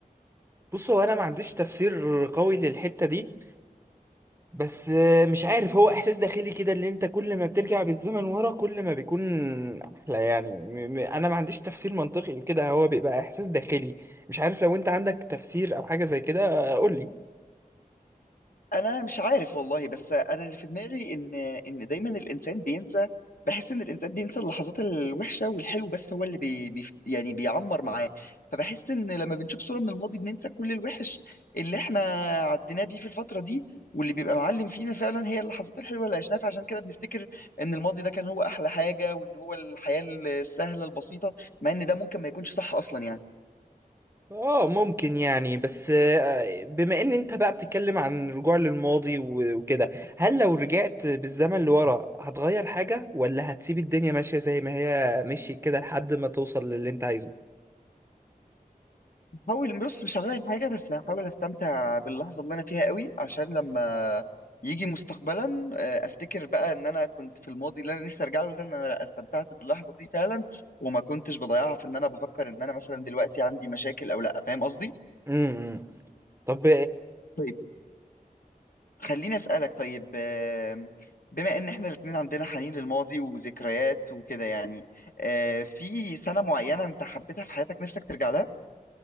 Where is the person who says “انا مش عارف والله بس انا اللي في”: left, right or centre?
Left